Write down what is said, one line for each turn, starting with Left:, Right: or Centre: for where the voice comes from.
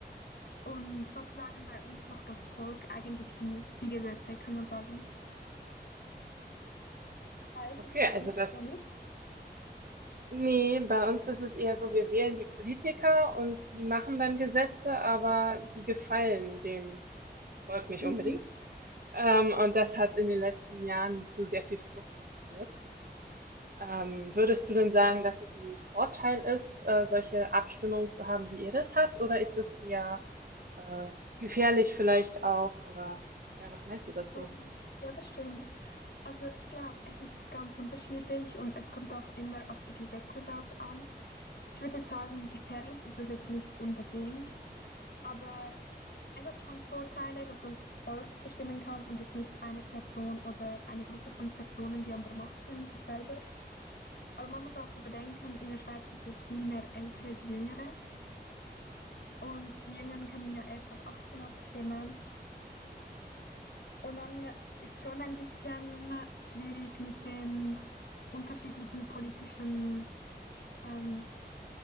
Left: Und sozusagen bei uns macht das Volk eigentlich wie die Gesetze, kann man sagen. Bei euch
Right: Okay,
Left: ist das
Right: also
Left: nicht
Right: das,
Left: so nicht?
Right: nee, bei uns ist es eher so, wir wählen die Politiker und die machen dann Gesetze, aber die gefallen dem Volk nicht
Left: Mhm.
Right: unbedingt. Ähm, und das hat in den letzten Jahren zu sehr viel Frust geführt. Ähm, würdest du denn sagen, dass es ein Vorteil ist, äh, solche Abstimmungen zu haben, wie ihr das habt, oder ist es eher äh, gefährlich vielleicht auch, oder ja, was meinst du dazu?
Left: Ähm, Ja, das stimmt. Also ich glaube, es ist ganz unterschiedlich und es kommt auch immer auf die Gesetze drauf an. Ich würde jetzt sagen, gefährlich ist es jetzt nicht unbedingt, aber es hat schon Vorteile, dass das Volk bestimmen kann und jetzt nicht eine Person oder eine Gruppe von Personen, die an der Macht sind, das selber. Aber man muss auch so bedenken, in der Schweiz gibt es viel mehr Ältere wie Jüngere und die Jüngeren können ja erst ab 18 abstimmen. Und dann ist schon ein bisschen schwierig mit den unterschiedlichen politischen ähm,